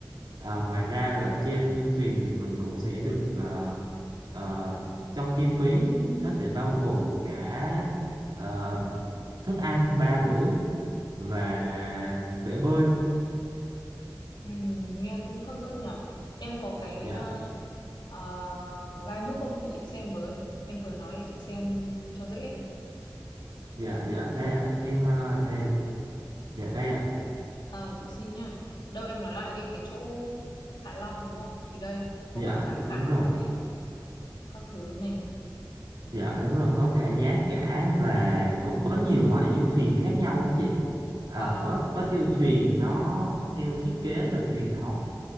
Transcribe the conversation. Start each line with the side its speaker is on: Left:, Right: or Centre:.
Right: À, ngoài ra là trên du thuyền thì mình cũng sẽ được ờ, ờ, trong chi phí nó sẽ bao gồm cả ờ, thức ăn ba bữa và bể bơi
Left: ừ, nghe cũng hấp dẫn nhở. Em có cái
Right: dạ
Left: uh, uh, guidebook không cho chị xem với. Em vừa nói để chị xem cho dễ.
Right: dạ dạ đây ạ em ờ, đây dạ đây ạ
Left: Ờ, chị xin nhá. Đâu em nói lại đi cái chỗ Hạ Long đúng không? Thì đây có
Right: dạ
Left: cả giá cả
Right: đúng rồi
Left: này, các thứ này.
Right: dạ đúng rồi có cả giá cả và cũng có nhiều loại du thuyền khác nhau á chị à,
Left: À,
Right: có có du thuyền nó theo thiết kế là truyền thống